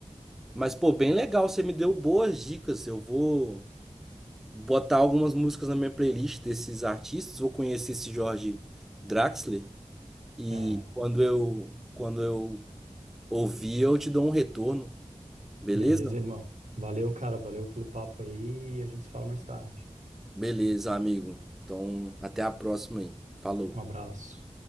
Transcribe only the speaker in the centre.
Mas, pô, bem legal. Você me deu boas dicas. Eu vou botar algumas músicas na minha playlist desses artistas. Vou conhecer esse Jorge Draxler. E
quando eu, quando eu ouvir, eu te dou um retorno. Beleza?
Beleza, amigo. Então, até a próxima aí. Falou.